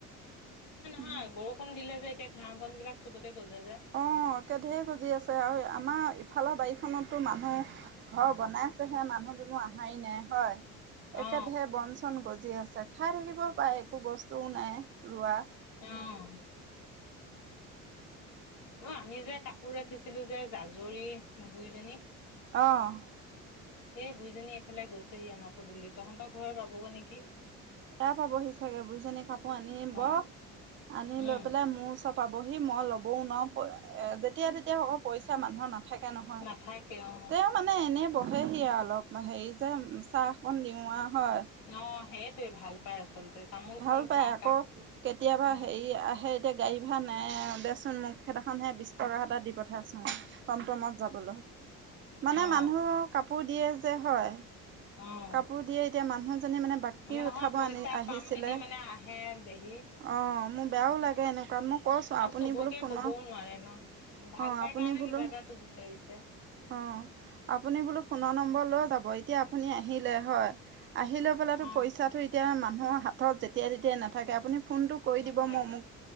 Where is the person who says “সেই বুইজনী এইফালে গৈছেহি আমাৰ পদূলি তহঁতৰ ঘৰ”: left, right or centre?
Left